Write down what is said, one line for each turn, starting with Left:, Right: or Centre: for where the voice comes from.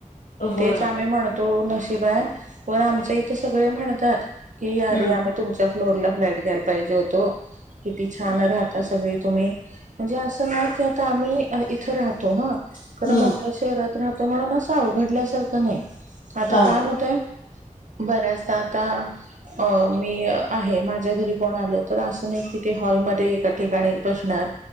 Left: होय
Right: तेच आम्ही म्हणतो. हो नशिब आहे, पण आमच्या इथं सगळे म्हणतात. की आरे
Left: हम्म
Right: आम्ही. फूडच्या फ्लोवर. ला फ्लॅट घ्याला पाहिजे होतो. किती छान राहतात सगळे. तुम्ही म्हणजे असं ना, की आता आम्ही इथे राहतो हा.
Left: हम्म
Right: खरं मोठ्या शहरात राहतो म्हणून असावं. घडल्यासारखं नाही. आता
Left: हा
Right: काय होतंय बऱ्याच दा आता अ. आहे माझ्या घरी कोण आलं तर, असं नाही कि ते हॉलमध्ये एका ठिकाणी बसणार.